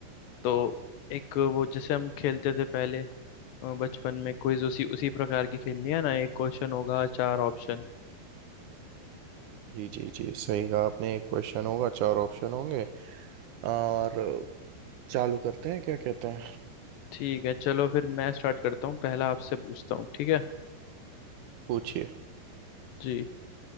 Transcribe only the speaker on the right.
जी जी जी सही कहा आपने एक क्वेश्चन होगा चार ऑप्शन होंगे और चालू करते हैं क्या कहते हैं
पूछिए